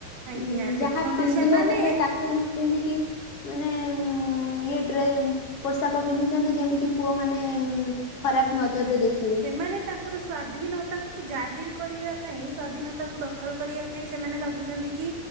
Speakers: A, on the right; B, on the left.
A: ଆଜ୍ଞା
B: ଉ
A: ଦେଖନ୍ତୁ
B: ଯାହା ପିନ୍ଧିବା
A: ସେମାନେ
B: କଥା ତାକୁ ନ ପିନ୍ଧିକି ମାନେ ଉଁ ଇଏ ଡ୍ରେ ପୋଷାକ ପିନ୍ଧୁଚନ୍ତିଇ ଯେମିତି ପୁଅ ମାନେ ଖରାପ ନଜରରେ ଦେଖି
A: ମାନେ ତାଙ୍କର ସ୍ଵାଧୀନତାକୁ ଜାହିର କରିବା ପାଇଁ, ସ୍ଵାଧୀନତାକୁ ଦଖଲ କରିବା ପାଇଁ ସେମାନେ ଭାବୁ ଚନ୍ତୁଇ କି